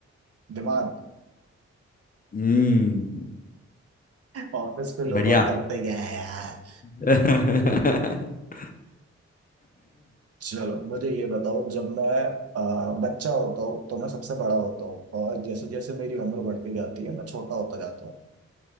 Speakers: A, on the right; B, on the left.
A: दिमाग
B: हम्म
A: ऑफिस पे लोग
B: बढ़िया
A: और करते क्या है यार
B: <laughs>
A: चलो मुझे ये बताओ जब मैं अ, बच्चा होता हूँ तो मैं सबसे बड़ा होता हूँ और जैसे जैसे मेरी उम्र बढ़ती जाती है मैं छोटा होता जाता हूँ